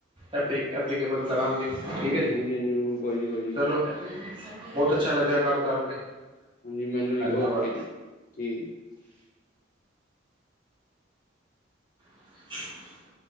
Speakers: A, on the right; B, on the left.
A: ਐਪਿਕ ਐਪਲੀਕੇਬਲ ਕਰਾਂਗੇ। ਠੀਕ ਹੈ ਜੀ
B: ਹਾਂਜੀ ਹਾਂਜੀ ਬਿਲਕੁਲ ਕੋਈ ਨੀ ਕੋਈ ਨੀ
A: ਚਲੋ ਬਹੁਤ ਅ। ਅੱਛਾ ਲੱਗਿਆ ਗੱਲ ਕਰਕੇ।
B: ਹਾਂਜੀ ਮੈਨੂੰ ਵੀ
A: ਧੰਨਵਾਦ
B: ਓਕੇ ਜੀ ਠੀਕ ਹੈ।
A: <inaudible>